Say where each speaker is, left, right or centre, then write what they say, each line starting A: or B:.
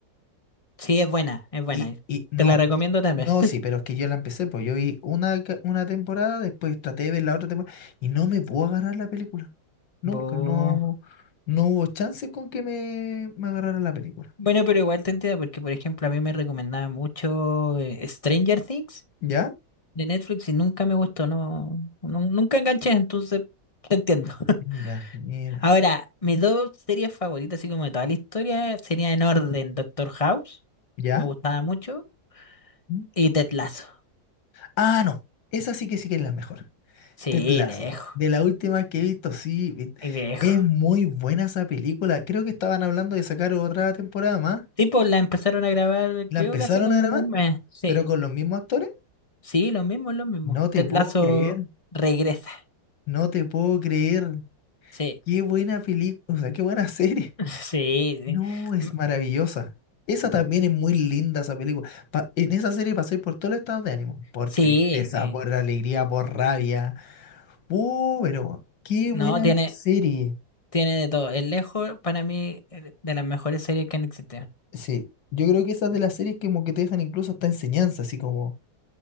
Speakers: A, on the left (about 20°); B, on the left (about 75°).
A: Sí, es buena, es buena.
B: Y, y no,
A: Te la recomiendo también.
B: no, sí, pero es que yo la empecé, pues yo vi una, ca- una temporada, después traté de ver la otra temporada y no me puedo agarrar la película. Nunca,
A: <laughs> Bu-
B: no, no hubo chances con que me, me agarrara la película.
A: Bueno, pero igual te entiendo porque, por ejemplo, a mí me recomendaba mucho eh, Stranger Things
B: ¿Ya?
A: de Netflix y nunca me gustó, no, no- nunca enganché, entonces te entiendo. <laughs>
B: Mm, Ya, mira.
A: Ahora, mis dos series favoritas, así como de toda la historia, sería en orden Doctor House,
B: ¿Ya?
A: me gustaba mucho,
B: ¿Mm?
A: y Ted Lasso.
B: Ah, no, esa sí que sí que es la mejor.
A: Sí,
B: Ted Lasso,
A: lejos,
B: de la última que he visto, sí, vi-
A: lejos.
B: es muy buena esa película. Creo que estaban hablando de sacar otra temporada más.
A: Tipo, la empezaron a grabar,
B: La
A: creo
B: empezaron
A: que hace como
B: a grabar,
A: un mes. Sí,
B: pero con los mismos actores.
A: sí, lo mismo, lo mismo.
B: No te
A: Ted
B: puedo
A: Lasso
B: creer.
A: regresa.
B: No te puedo creer.
A: Sí,
B: Qué buena película, o sea, qué buena <laughs> serie.
A: <laughs> sí, sí.
B: No, es
A: M-
B: maravillosa. Esa también es muy linda, esa película. Pa- en esa serie pasé por todos los estados de ánimo. Por
A: Sí,
B: tristeza,
A: sí.
B: por alegría, por rabia. Uh, pero qué
A: No,
B: buena
A: tiene,
B: serie.
A: tiene de todo. Es lejos, para mí, eh, de las mejores series que han existido.
B: Sí, yo creo que esas de las series que como que te dejan incluso hasta enseñanza, así como,